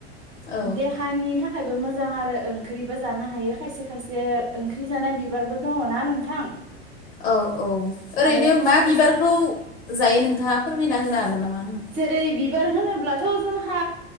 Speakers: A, on the left (about 65°); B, on the right (about 50°).
A: औ
B: देहानि थाखायबो मोजां आरो ओंख्रिबो जानो हायो खायसे खायसे ओंख्रि जानाय बिबारबो दङ ना नोंथां।
A: औ औ ओरैनो
B: आरो खायसे
A: मा
B: खायसे
A: बिबारखौ जायो नोंथाङा फोरमायना होनो हागोन नामा आंनो?
B: जेरै बिबार होनोब्लाथ' जोंहा